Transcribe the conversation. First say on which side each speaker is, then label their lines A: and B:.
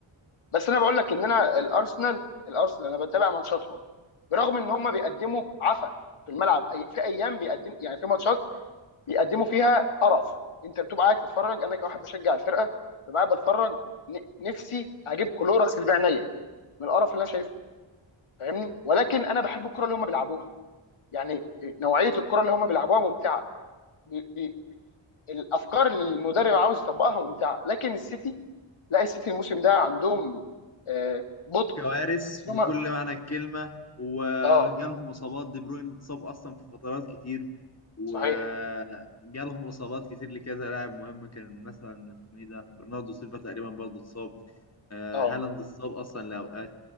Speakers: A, on the left (about 80°); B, on the left (about 30°).
A: بس انا بقول لك ان انا الارسنال الارسنال انا بتابع ماتشاتهم برغم ان هم بيقدموا عفن في الملعب أي- في ايام بيقدم يعني في ماتشات بيقدموا فيها قرف انت بتبقى قاعد تتفرج انا كواحد بشجع الفرقه ببقى قاعد بتفرج ن- نفسي اجيب كلوركس اللي بعينيا من القرف اللي انا شايفه فاهمني ولكن انا بحب الكره اللي هم بيلعبوها يعني نوعيه الكره اللي هم بيلعبوها ممتعه بي بي الافكار اللي المدرب عاوز يطبقها ممتعه لكن السيتي لا السيتي الموسم ده عندهم آه بطء
B: كوارث
A: تحس ان
B: بكل
A: هم
B: معنى الكلمة وجالهم
A: اه
B: إصابات دي بروين اتصاب أصلا في فترات كتير وجالهم
A: صحيح
B: إصابات كتير لكذا لاعب مهم كان مثلا اسمه إيه ده برناردو سيلفا تقريبا برضه اتصاب آه،
A: اه
B: هالاند اتصاب أصلا لأوقات